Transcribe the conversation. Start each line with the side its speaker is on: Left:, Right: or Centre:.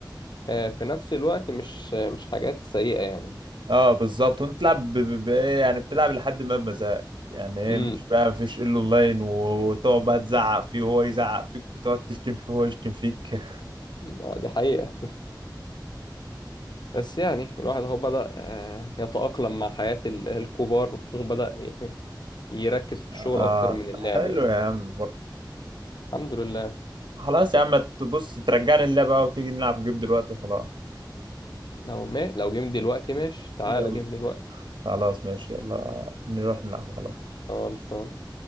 Left: آه، في نفس الوقت مش مش حاجات سيئه يعني
Right: اه بالظبط وانت تلعب ب- ب- بايه يعني بتلعب لحد ما بمزاجك يعني ايه
Left: امم
Right: مش بقى مفيش الا اونلاين و- وتقعد بقى تزعق فيه وهو يزعق فيك وتقعد تشتم فيه وهو يشتم فيك
Left: آه، دي حقيقه بس يعني الواحد هو بدأ آه، يتأقلم مع حياة ال- الكبار وبدأ ي- يركز في الشغل
Right: اه
Left: أكتر من اللعب
Right: حلو
Left: يعني
Right: يا عم برضه
Left: الحمد لله
Right: خلاص يا عم تبص ترجعني اللعبة بقى وتيجي نلعب جيم دلوقتي وخلاص
Left: لو ما لو جيم دلوقتي ماشي تعالى
Right: يلا
Left: جيم دلوقتي
Right: خلاص ماشي يلا نروح نلعب خلاص
Left: خلصان